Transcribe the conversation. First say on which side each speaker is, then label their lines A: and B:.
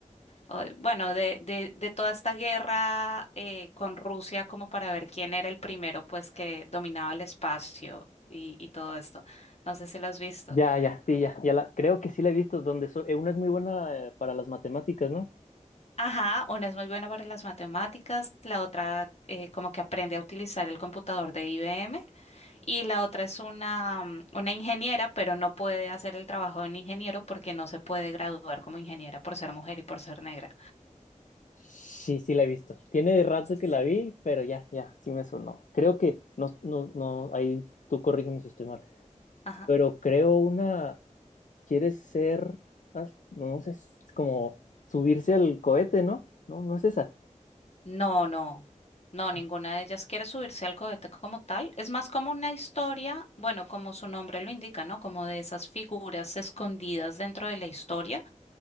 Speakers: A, on the left; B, on the left.
A: o- bueno, de, de, de toda esta guerra eh, con Rusia, como para ver quién era el primero, pues, que dominaba el espacio y, y todo esto. No sé si lo has visto.
B: Ya, ya, sí, ya, ya la, creo que sí la he visto, donde so- eh, una es muy buena eh, para las matemáticas, ¿no?
A: Ajá, una es muy buena para las matemáticas, la otra eh, como que aprende a utilizar el computador de IBM y la otra es una, mm, una ingeniera, pero no puede hacer el trabajo de un ingeniero porque no se puede graduar como ingeniera por ser mujer y por ser negra.
B: Sí, sí la he visto. Tiene rato
A: Sí.
B: que la vi, pero ya, ya, sí me sonó. Creo que, no, no, no, ahí tú corrígeme si estoy mal,
A: Ajá.
B: pero creo una, quiere ser, as- no no sé, es como subirse al cohete, ¿no? No, no es esa.
A: No, no, no,
B: Ay,
A: ninguna de ellas quiere subirse al cohete como tal. Es más como una historia, bueno, como su nombre lo indica, ¿no? Como de esas figuras escondidas dentro de la historia